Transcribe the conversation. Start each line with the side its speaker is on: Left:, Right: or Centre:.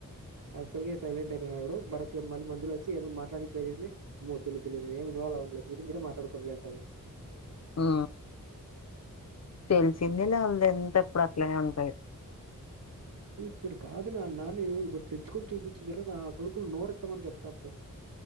Right: అసరిగా సైలెంట్ అయి డు వాడు భరత్ మళ్ళీ మధ్యలో వచ్చి ఏదో మాట్లాడానికి ట్రై చేసి అమ్మో వొద్దులేమి <unintelligible> మీరు మీరు మాట్లాడుకోండియంట
Left: ఉ తెలిసిందేలే ఉంది ఎంతప్పుడు అట్లనే ఉంటది
Right: ఇప్పుడు కాదు నాన్న నువ్వు ఒకటి తెచ్చుకొని చూపించిన తర్వాత నా కొడుకులునోరెత్తామని చెప్తా అప్పుడు